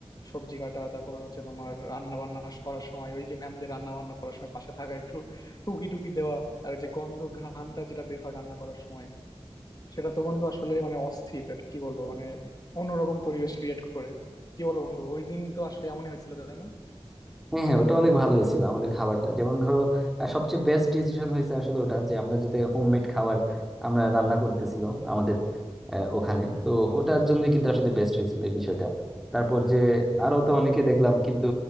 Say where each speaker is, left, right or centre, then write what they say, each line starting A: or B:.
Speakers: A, on the left; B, in the centre.
A: সবজি কাটা তারপর হচ্ছে তোমার রান্না বান্না করার সময় ওই যে ম্যামদের রান্না বান্না করার সময় পাশে থাকা একটু টুকি টুকি দেওয়া আর ওই যে গন্ধ ঘ্রাণটা যেটা বের হয় রান্না করার সময় সেটা তো বন্ধু আসলে মানে অস্থির আর কি বলবো মানে অন্যরকম পরিবেশ ক্রিয়েট করে কি বলবো বন্ধু ওই দিন তো আসলে এমনই হয়েছিল তাই না
B: হ্যাঁ হ্যাঁ ওটা অনেক ভালো হয়েছিল আমাদের খাবারটা যেমন ধরো আহ, সবচেয়ে বেস্ট ডিসিশন হয়েছে আসলে ওটা যে আমরা যাতে হোমমেড খাবার আমরা রান্না করতেছিল আমাদের আহ, ওখানে তো ওটার জন্য কিন্তু আসলে বেস্ট হয়েছিল এই বিষয়টা তারপর যে আরো তো অনেকে দেখলাম কিন্তু